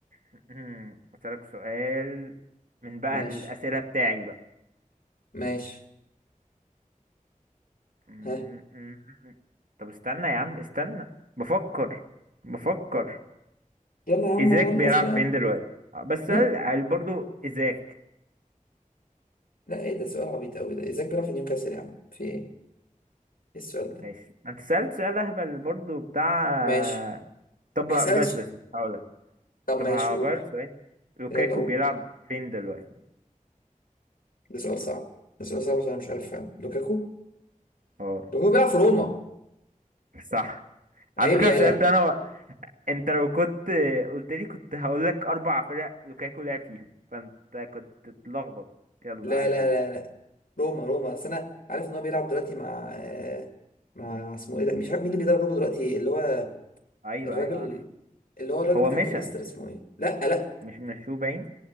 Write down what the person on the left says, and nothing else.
ماشي
ماشي
ها
يلا يا عم
خلص
بقى
مين
لا ايه ده سؤال عبيط قوي ده ازاي بيلعب في نيوكاسل يا عم في ايه ايه السؤال ده
ماشي
هسألك
سؤال
طب ماشي
قول
يلا قول
ده سؤال صعب ده سؤال صعب عشان أنا مش عارف فاهم لوكاكو
لوكاكو بيلعب في روما
عيب
يالا
لا
لا
لا لا روما روما بس انا عارف ان هو بيلعب دلوقتي مع آه، مع اسمه ايه ده مش عارف مين اللي بيدرب روما دلوقتي اللي هو
الراجل
اللي هو الراجل
بتاع
كان ليستر اسمه ايه لا لا